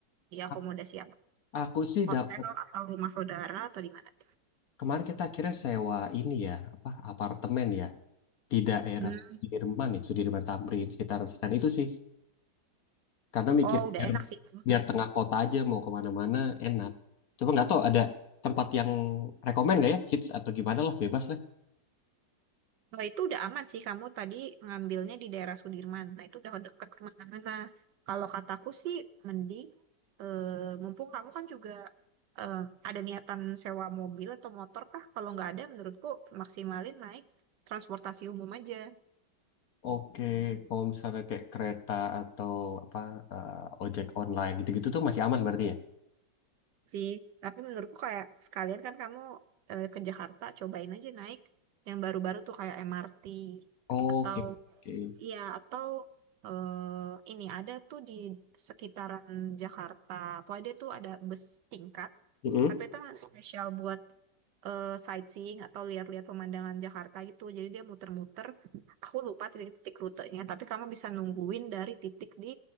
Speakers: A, on the right; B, on the left.
A: Di akomodasi
B: A- Aku sih
A: hotel
B: dapat
A: atau rumah saudara atau di mana tuh?
B: kemarin kita akhirnya sewa ini ya apa apartemen ya di daerah
A: Hmm.
B: Sudirman ya Sudirman Tamrin sekitaran sekitar itu sih. karena mikir
A: Oh, udah
B: biar,
A: enak sih itu.
B: biar tengah kota aja mau kemana-mana enak coba nggak tahu ada tempat yang rekomen nggak ya hits atau gimana lah bebas lah
A: Nah, itu udah aman sih kamu tadi ngambilnya di daerah Sudirman. Nah, itu udah deket kemana-mana. Kalau kataku sih mending eh, mumpung kamu kan juga eh, ada niatan sewa mobil atau motor kah? Kalau nggak ada, menurutku maksimalin naik transportasi umum aja
B: oke kalau misalnya kayak kereta atau apa eh, ojek online gitu-gitu tuh masih aman berarti ya
A: sih. Tapi menurutku kayak sekalian kan kamu eh, ke Jakarta, cobain aja naik yang baru-baru tuh kayak MRT
B: oke
A: atau
B: oke
A: Iya, atau eh, ini ada tuh di sekitaran Jakarta. Pokoknya dia tuh ada bus tingkat,
B: Mm-mm.
A: tapi itu emang spesial buat eh, sightseeing atau lihat-lihat pemandangan Jakarta gitu. Jadi dia muter-muter. Aku lupa titik-titik rutenya, tapi kamu bisa nungguin dari titik di